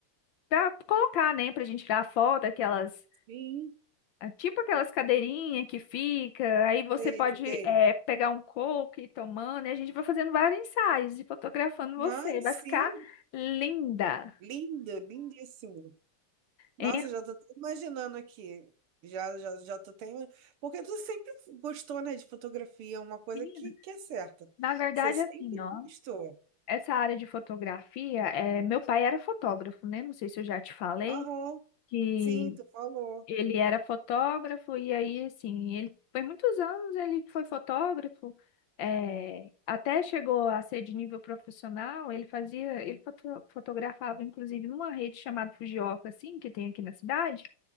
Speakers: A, on the left (about 70°); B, on the right (about 80°).
A: pra colocar, né, pra gente tirar foto, aquelas,
B: Sim,
A: ah, tipo aquelas cadeirinhas que fica, aí você
B: sei,
A: pode
B: sei.
A: é, pegar um coco e ir tomando, e a gente vai fazendo vários ensaios e fotografando
B: Não,
A: você. Vai
B: sim,
A: ficar linda.
B: lindo, lindíssimo. Nossa,
A: É,
B: já tô até imaginando aqui. Já, já, já tô até... ima- Porque tu sempre gostou, né, de fotografia, uma coisa
A: menina,
B: que, que é certa.
A: na verdade,
B: Você sempre
A: assim, ó,
B: gostou.
A: essa área de fotografia, é, meu pai era fotógrafo, né? Não sei se eu já te falei,
B: Aham,
A: que
B: sim, tu falou.
A: ele era fotógrafo e aí, assim, ele foi muitos anos ele foi fotógrafo, é, até chegou a ser de nível profissional, ele fazia, ele foto- fotografava, inclusive, numa rede chamada Fujioka, assim, que tem aqui na cidade,